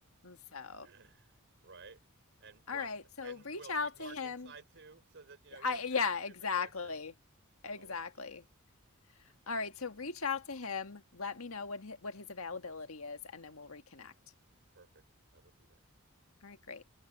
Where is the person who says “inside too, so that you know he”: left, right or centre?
Right